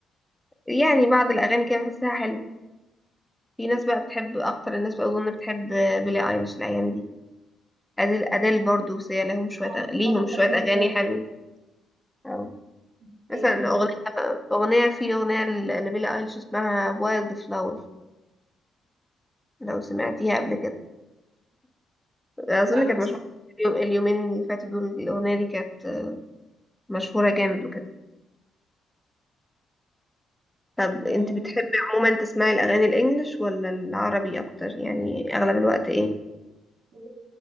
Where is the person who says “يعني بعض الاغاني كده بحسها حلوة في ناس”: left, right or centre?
Centre